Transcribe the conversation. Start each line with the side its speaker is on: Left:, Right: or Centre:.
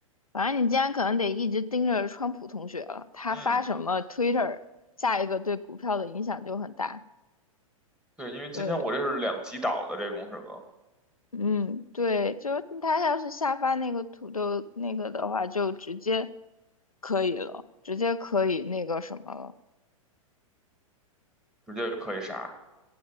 Left: 反正你今天可能得一直盯着川普同学了，他发什么
Centre: 嗯，
Left: Twitter，下一个对股票的影响就很大。
Centre: 对，因为今天我这是两极倒的这种什么，
Left: 对，嗯，对，就是他要是下发那个土豆那个的话，就直接可以了，直接可以那个什么了，
Centre: 直接可以啥，